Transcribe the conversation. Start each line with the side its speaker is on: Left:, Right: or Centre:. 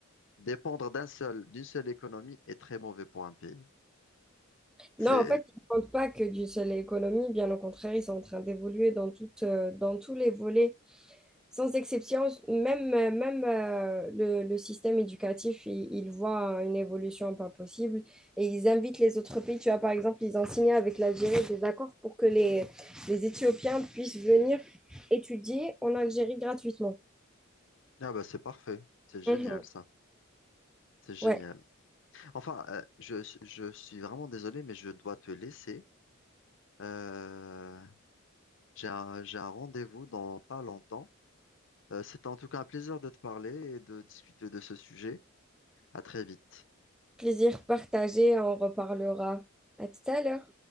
Left: Dépendre d'un seul, d'une seule économie est très mauvais pour un pays.
Centre: non,
Left: C'est
Centre: en fait, ils ne comptent pas que d'une seule économie, bien au contraire, ils sont en train d'évoluer dans, toute, euh, dans tous les volets Sans exception, même, euh, même euh, le, le système éducatif, il, il voit euh, une évolution pas possible et ils invitent les autres pays. Tu vois, par exemple, ils ont signé avec l'Algérie des accords pour que les, les Éthiopiens puissent venir étudier en Algérie gratuitement.
Left: ah bah c'est parfait, c'est génial
Centre: Mhm.
Left: ça, c'est génial.
Centre: Ouais,
Left: Enfin, euh, je, je suis vraiment désolé, mais je dois te laisser. Euh, j'ai un, j'ai un rendez-vous dans pas longtemps. Euh, c'était en tout cas un plaisir de te parler et de discuter de ce sujet. À très vite.
Centre: plaisir partagé, on reparlera. À tout à l'heure.